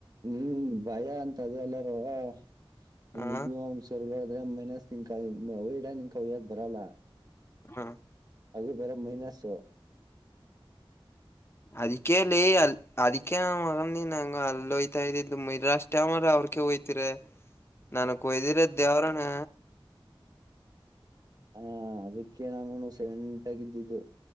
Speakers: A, on the right; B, on the left.
A: ಹ್ಮ್ ಭಯ ಅಂತ ಅದೆ ಎಲ್ಲಾರಮನ್ಸರ್ಗಳ
B: ಆ
A: ಅ್ರೆ ಮೈನಸ್ ನಿನ್ಕಡ ನಿನ್ ಅವಯ್ಯದ ಬರಲ್ಲ
B: ಹಾ
A: ಅದು ಬೇರ ಮೈನಸ್ು
B: ಅದಿಕಲ್ಲಿ ಅ ಅದಿಕೇ ಮಗ ನಂಗ ಅಲ್ಲಿೋಯ್ತಾ ಇದ್ದಿದ್ದು ಮರಾಸ್ ಟಾಮ್ರ ಅವ್ರ ಕ ಹಯ್ತೀರ ನನಕ್ ಒಯ್ದಿರ ದೇವ್ರನ
A: ಹಾ ಅದಕ್ಕೆ ನಾನೂ ಸೆಂಟಗಿದ್ದಿದ್ದು